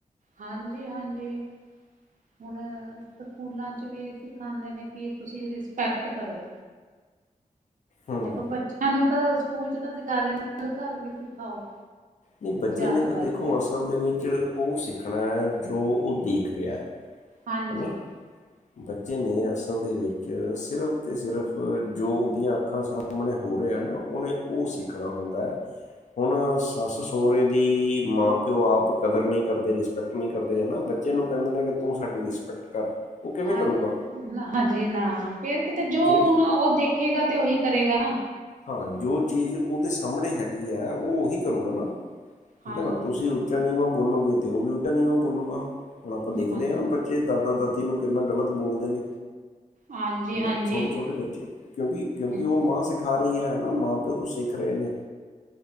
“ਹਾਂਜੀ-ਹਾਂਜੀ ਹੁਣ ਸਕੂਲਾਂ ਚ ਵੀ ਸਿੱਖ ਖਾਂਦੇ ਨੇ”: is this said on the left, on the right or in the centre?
Right